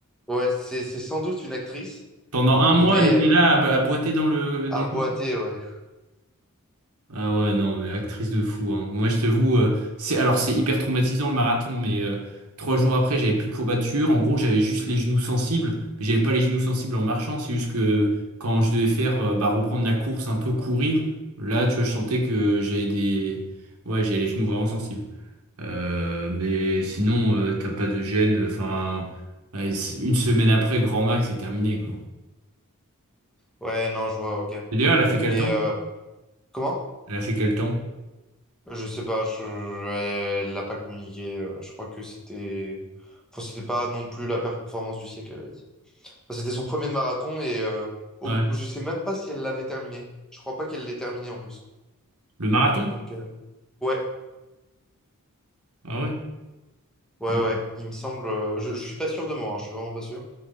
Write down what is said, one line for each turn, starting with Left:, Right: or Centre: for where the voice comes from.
Centre: Ouais, c'est, c'est sans doute une actrice,
Right: Pendant un
Centre: mais
Right: mois, elle était là à, à boiter dans le
Centre: à
Right: dans le
Centre: boiter, ouais.
Right: Ah ouais, non, mais actrice de fou, hein. Moi, je t'avoue, euh, c'est, alors, c'est hyper traumatisant le marathon, mais euh, trois jours après, j'avais plus de courbatures. En gros, j'avais juste les genoux sensibles, mais j'avais pas les genoux sensibles en marchant. C'est juste que quand je devais faire, euh, bah, reprendre la course, un peu courir, là, tu vois, je sentais que j'avais des, ouais, j'avais les genoux vraiment sensibles. Euh, mais sinon, euh, t'as pas de gêne. Enfin, ouais, c'est- une semaine après, grand max, c'est terminé, quoi.
Centre: Ouais, non, je vois, ok.
Right: Et d'ailleurs, elle a fait quel
Centre: Mais
Right: temps?
Centre: euh, comment?
Right: Elle a fait quel temps?
Centre: Je sais pas, je, elle l'a pas communiqué. euh, Je crois que c'était. Enfin, c'était pas non plus la performance du siècle, elle avait dit. Enfin, c'était son premier marathon et euh, au-
Right: Ouais.
Centre: je sais même pas si elle l'avait terminé. Je crois pas qu'elle l'ait terminé en plus.
Right: Le marathon?
Centre: Donc, euh, ouais.
Right: Ah ouais.
Centre: Ouais,
Right: Ok.
Centre: ouais, il me semble. euh, Je, je suis pas sûr de moi, hein, je suis vraiment pas sûr.